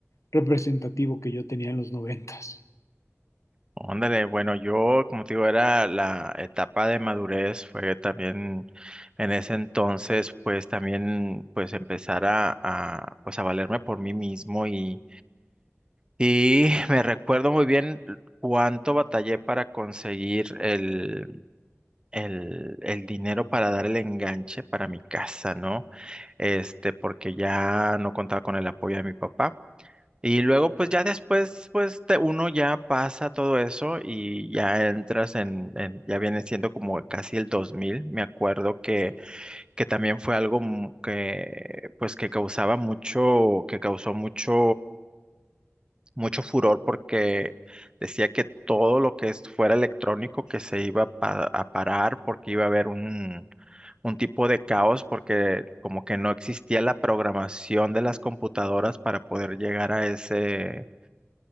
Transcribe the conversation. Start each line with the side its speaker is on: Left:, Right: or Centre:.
Left: representativo que yo tenía en los noventas.
Right: Óndale, bueno, yo, como te digo, era la etapa de madurez, fue también en ese entonces, pues también, pues empezar a, a, pues a valerme por mí mismo y, y <laughs> me recuerdo muy bien cuánto batallé para conseguir el, el, el dinero para dar el enganche para mi casa, ¿no? Este, porque ya no contaba con el apoyo de mi papá. Y luego, pues ya después, pues te- uno ya pasa todo eso y ya entras en, en- ya viene siendo como casi el 2000. Me acuerdo que, que también fue algo mu- que, pues que causaba mucho, que causó mucho, mucho furor porque decía que todo lo que es- fuera electrónico que se iba pa- a parar porque iba a haber un, un tipo de caos porque como que no existía la programación de las computadoras para poder llegar a ese